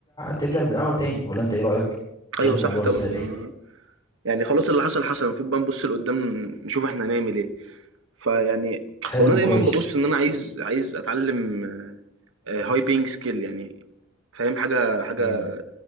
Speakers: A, on the left; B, on the right.
A: تبدأ من الأول تاني ولا انت ايه رأيك
B: أيوه
A: شايف الموضوع
B: صح طبعًا،
A: ازاي
B: ما يعني خلاص اللي حصل حصل، المفروض بقى نبُص لقدّام نشوف إحنا هنعمل إيه، فيعني
A: حلو
B: هو أنا
A: كويس
B: دايمًا بابُص إن أنا عايز عايز أتعلّم آآ high paying skill يعني فاهم، حاجة حاجة
A: امم